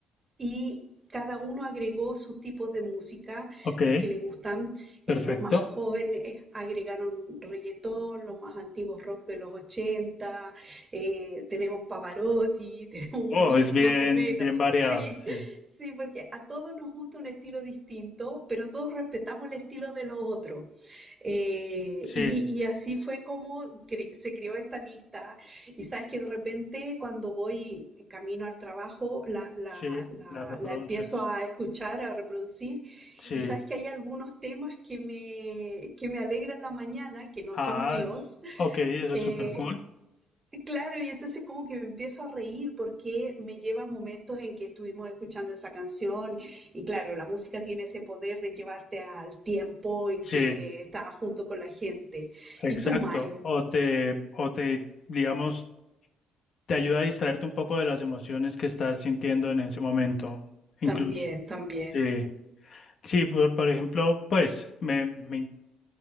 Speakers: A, on the right; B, on the left.
A: y cada uno agregó sus tipos de música,
B: ok,
A: los que le gustan.
B: perfecto.
A: Eh, los más jóvenes agregaron reggaetón, los más antiguos rock de los ochenta eh, tenemos Pavarotti, <laughs> tenemos
B: Oh,
A: un mix
B: es bien,
A: más o menos,
B: bien variado,
A: sí,
B: sí,
A: sí, porque a todos nos gusta un estilo distinto, pero todos respetamos el estilo de los otros Eh,
B: sí,
A: y, y así fue como cre- se creó esta lista. Y sabes que de repente cuando voy camino al trabajo, la, la,
B: sí,
A: la,
B: la reproduces,
A: la empiezo a escuchar, a reproducir,
B: sí.
A: y sabes que hay algunos temas que me, que me alegran la mañana, que no
B: Ah,
A: son míos,
B: s- ok, eso
A: eh,
B: es súper cool.
A: Claro, y entonces como que me empiezo a reír porque me lleva a momentos en que estuvimos escuchando esa canción y claro, la música tiene ese poder de llevarte al tiempo en
B: Sí,
A: que estabas junto con la gente.
B: exacto.
A: Y tú, Mario,
B: O te, o te, digamos, te ayuda a distraerte un poco de las emociones que estás sintiendo en ese momento, incluso.
A: también, también.
B: Sí, sí, por, por ejemplo, pues me, me